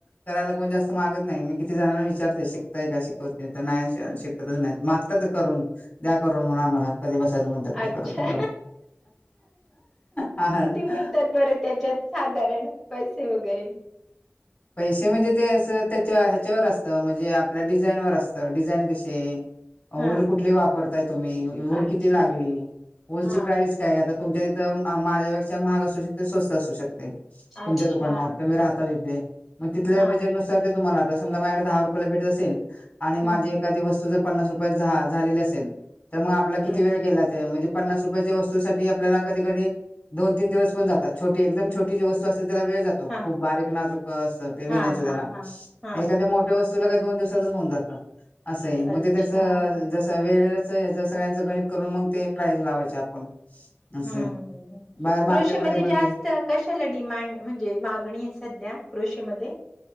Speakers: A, on the left; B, in the centre.
A: करायला कोण जास्त मागत नाही मी किती जणांना विचारते शिकताय का शिकवते तर नाही शिकतच नाही मागत. करून द्या करून म्हण आम्हाला कधी बसायचं म्हणतात
B: अच्छा
A: ते करून एवढं हा
B: किती मिळतात बर त्याच्यात साधारण पैसे वगैरे
A: पैसे म्हणजे ते अस त्याच्या ह्याच्यावर असतं म्हणजे आपल्या डिझाईनवरर असतं डिझाईन कसे वूलकुठली
B: हा
A: वापरताय तुम्ही वूल
B: अच्छा
A: किती लागली. वूल
B: हा
A: ची प्राइस काय आता तुमच्या तिथं माझ्यापेक्षा महाग असू शकते स्वस्त असू शकते तुमच्या
B: अच्छा
A: दुकानात तुम्ही राहतात इथे मग तिथल्या
B: हा
A: बजेटनुसार ते तुम्हाला आता समजा माझ्याकडे दहा रुपयाला भेटत असेल आणि
B: हम्म
A: माझी एखादी वस्तू ज पन्नास रुपया झा झालेले असेल तर मग आपला किती
B: हम्म.
A: वेळ गेलाच आहे म्हणजे पन्नास रुपयाच्या वस्तूसाठी आपल्याला कधी कधी दोन तीन दिवस पण जातो. छोट एकदम छोटी वस्तू असते त्याला वेळ जातो
B: हा
A: खूप बारीक नाजूक असं ते विनायचं
B: हा
A: त्याला,
B: हा हा हा
A: एखाद्या मोठ्या वस्तूला काय दोन दिवसातच होऊन जातं. असं आहे मगजे
B: अच्छा.
A: त्याच जस वेळे याच सगळ्यांचं गणित करून मग ते प्राईज लावायचे आपण असं
B: हम्म
A: आहे बाहेर
B: कृषीमध्ये
A: मार्केटमध्ये पण
B: जास्त
A: किती-
B: कशाला डिमांड म्हणजे मागणी आहे सध्या कृषीमध्ये